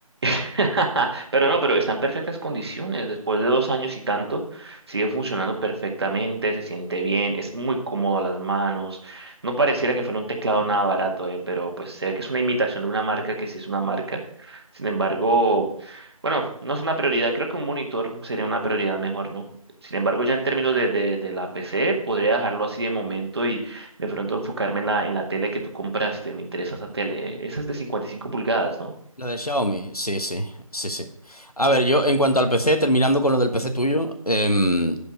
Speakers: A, on the right (about 45°); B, on the left (about 85°).
A: <laughs> Pero no, pero está en perfectas condiciones. Después de dos años y tanto, sigue funcionando perfectamente, se siente bien, es muy cómodo a las manos. No pareciera que fuera un teclado nada barato, eh, pero pues sé que es una imitación de una marca que sí es una marca. Sin embargo, bueno, no es una prioridad. Creo que un monitor sería una prioridad mejor, ¿no? Sin embargo, ya en términos de, de, de la PC, podría dejarlo así de momento y de pronto enfocarme en la, en la tele que tú compraste. Me interesa esa tele, eh. Esa es de 55 pulgadas, ¿no?
B: Lo de Xiaomi, sí, sí, sí, sí. A ver, yo en cuanto al PC, terminando con lo del PC tuyo, em,